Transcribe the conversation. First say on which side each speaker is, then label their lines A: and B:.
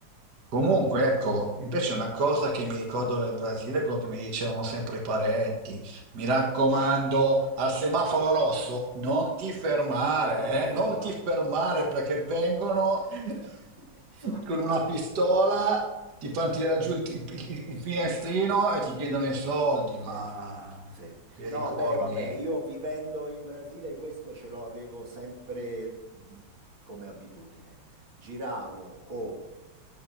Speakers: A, on the right; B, on the right.
A: Comunque, ecco, invece una cosa che mi ricordo del Brasile è quello che mi dicevano sempre i parenti. Mi raccomando, al semaforo rosso non ti fermare,
B: Non ti fermare,
A: eh? Non ti fermare perché vengono
B: certo.
A: <laughs>
B: So-
A: con una pistola, ti fanno tirare giù il, il- il- il finestrino e ti chiedono i soldi,
B: Sì,
A: ma
B: sì.
A: ti
B: No,
A: ricordi?
B: beh, vabbè, io vivendo in Brasile questo ce l'avevo sempre di- come abitudine. Giravo con